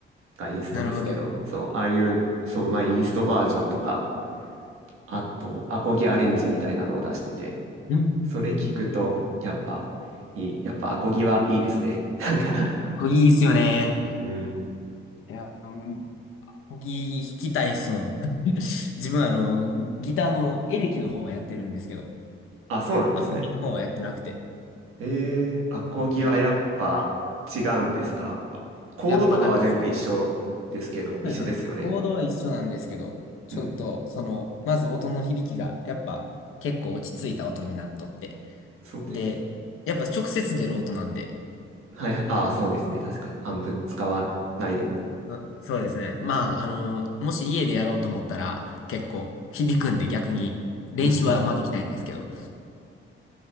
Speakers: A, on the right (about 90°); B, on the left (about 80°).
A: がインストですけど、
B: なるほど。
A: そう、ああいう、そう、まあ、インストバージョンとか、あと、アコギアレンジみたいなのを出してて、
B: うん、
A: それ聞くと、
B: うん。
A: やっぱ、いい、やっぱアコギはいいですね。なんか <laughs>
B: あコギいいっすよね。
A: うん。
B: いや、うん、コギ弾きたいっすもん。<laughs> 自分あの、ギターのエレキの方はやってるんですけど、
A: あ、そうなんですね。
B: アコギの方はやってなくて。
A: えー、アコギはやっぱ違うんですかあコードとかは全部一緒ですけど、
B: いや、やっぱなんか、そうですね。
A: 一緒ですよね。
B: コードは一緒なんですけど、ちょっと、
A: うん、
B: その、まず音の響きが、やっぱ、結構落ち着いた音になっとって。
A: そうです。
B: で、やっぱ直接出る音なんで、
A: はい、ああ、そうですね。確かに。アンプ使わないでも。
B: なそうですね。まあ、
A: うん、
B: あの、もし家でやろうと思ったら、結構響くんで逆に、練習はあんまできないんですけど。
A: うん、